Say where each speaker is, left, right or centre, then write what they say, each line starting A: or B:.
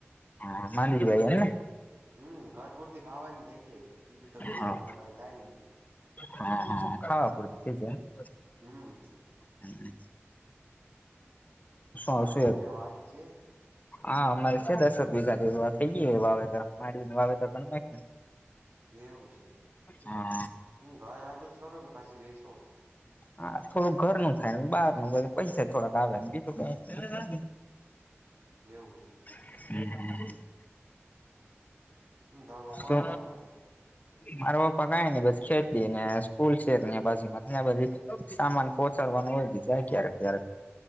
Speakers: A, on the left; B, on the right.
A: હા માલી ભાઈ એને.
B: હમ્મ ઘર પૂરથી ખાવાની થઇ જાય બીજું તો વેસવાનું
A: હા
B: તો કઈ થાય નહી.
A: હા હા ખાવા પૂરથી થઇ જાય એમ.
B: હમ્મ.
A: હમ્મ.
B: તમારે
A: આવશું
B: હું
A: એ
B: છે વાડી છે.
A: હા અમારે છે દસક વીઘા જેવું આ થઈ ગીયું હે વાવેતર માંડવીનુ વાવેતર કર નાખ્યું.
B: એવું છે
A: હા
B: હું ઘર હાટુ જ કરો કે પછી વેશો.
A: હા થોડું ઘરનું થાય ને બહારનુ પૈસા થોડાક આવેને બીજું કાંઈ ની.
B: એવું છે.
A: હમ્મ હમ્મ.
B: હમ તમારા પપ્પા
A: તો
B: હું કામ કરે
A: મારા પપ્પા કાય નઇ બસ ખેતી ને સ્કૂલ છે ન્યાં બાજુમા ત્યાં બધી સામાન પહોંચાડવાનું હોય દી જાય ક્યારેક ક્યારેક.